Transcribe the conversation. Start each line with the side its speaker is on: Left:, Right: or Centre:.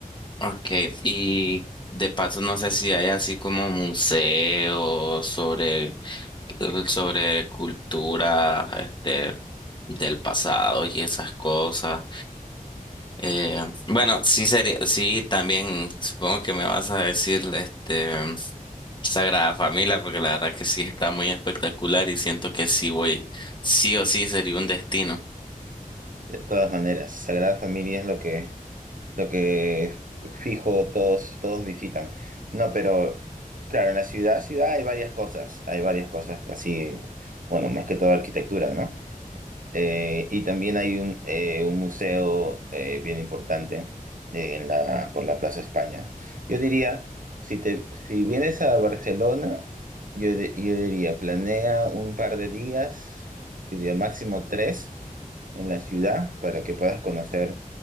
Left: Okay, y de paso no sé si hay así como museos sobre, sobre cultura, este, del pasado y esas cosas. Eh, bueno, sí sería, sí también supongo que me vas a decir, este, Sagrada Familia, porque la verdad que sí está muy espectacular y siento que sí voy, sí o sí sería un destino.
Right: De todas maneras, Sagrada Familia es lo que, lo que fijo todos, todos visitan. No, pero claro, en la ciudad, ciudad hay varias cosas, hay varias cosas así, bueno, más que todo arquitectura, ¿no? Eh, y también hay un, eh, un museo eh, bien importante eh, en la, por la Plaza España. Yo diría, si te, si vienes a Barcelona, yo, di- yo diría, planea un par de días, yo diría máximo tres en la ciudad para que puedas conocer